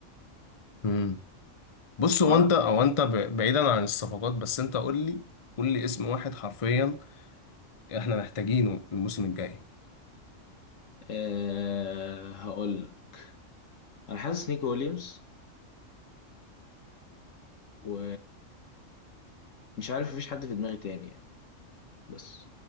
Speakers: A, on the left (about 30°); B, on the left (about 75°).
A: امم بص هو
B: مره
A: انت او انت ب- بعيدا عن الصفقات بس انت قول لي قول لي اسم واحد حرفيا احنا محتاجينه الموسم الجاي
B: أه هقول لك انا حاسس نيكو ويليامز و مش عارف مفيش حد في دماغي تاني يعني بس